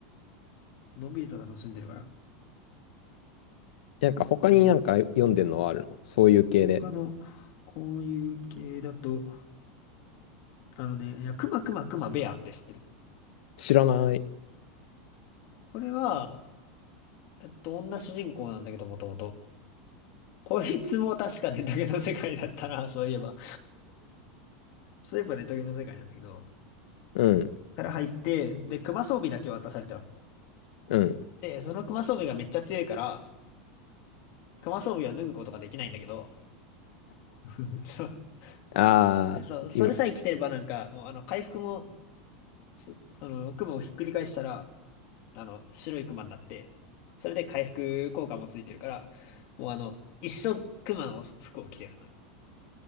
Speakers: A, on the left; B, on the left.
A: のんびりと楽しんでるから。
B: なんか他になんか読んでんのはあるのそういう系で。
A: なんか、他の、こういう系だと、あのね、いや、クマクマクマベアって知ってる。
B: 知らない。
A: これは、えっと、女主人公なんだけど、もともと。こいつも確かネトゲの世界だったな、<laughs> そういえば。そういえばネトゲの世界なんだけど、
B: うん、
A: から入って、で、クマ装備だけ渡されたの。
B: うん。
A: で、そのクマ装備がめっちゃ強いから、クマ装備を脱ぐことができないんだけど、うんそう。
B: ああ、
A: でそう、それさえ着てればなんか、
B: 今
A: もうあの、回復も、す、あの、クマをひっくり返したら、あの、白いクマになって、それで回復効果もついてるから、もうあの、一生クマの服を着てるのね。